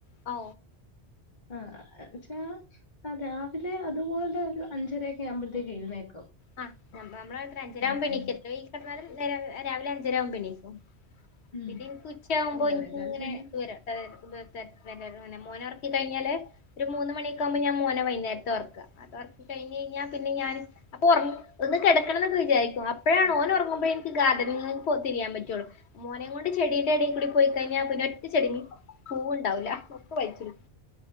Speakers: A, on the left (about 80°); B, on the left (about 45°).
A: ഓ
B: ആഹ ച്ചാ ആ രാവിലെ അതുപോലൊരു അഞ്ചരെക്കെ ആവുമ്പോഴത്തേക്ക് എഴുന്നേക്കും
A: ആ നമ്മളാടത്ര അഞ്ചരാകുമ്പ
B: ഉം ഉം
A: എണീക്കും സുബ്ഹിക്ക് കിടന്നാലും രാവിലെ അഞ്ചരാകുമ്പോ എണീക്കും
B: ഉം
A: പിന്നെ എനിക്ക് ഉച്ചയാവുമ്പോ
B: അങ്ങനെയൊക്കെ
A: എനിക്കിങനെ
B: പിന്നെ
A: ഉയരാം മോനെ ഉറക്കി കഴിഞ്ഞാല് ഒരു മൂന്ന് മണിയൊക്കെയാകുമ്പോ ഞാൻ മോനെ വൈകുന്നേരത്ത് ഉറക്ക അത്ക്കഴിഞ് കഴിഞ്ഞാ പിന്ന ഞാൻ അപ്പൊ ഒറങ്ങും ഒന്ന് കിടക്കണന്നൊക്കെ വിചാരിക്കും അപ്പോഴാണ് ഓൻ ഉറങ്ങുമ്പോൾ എനിക്ക് ഗാർഡനിങ് പോ തിരിയാൻ പറ്റുള്ളു മോനേം കൊണ്ട് ചെടീന്റെടയിൽ കൂടി പോയി കഴിഞ്ഞാൽ പിന്നെ ഒറ്റ ചെടിമ് പൂവുണ്ടാവൂല്ല ഒക്കെ വലിച്ചിടും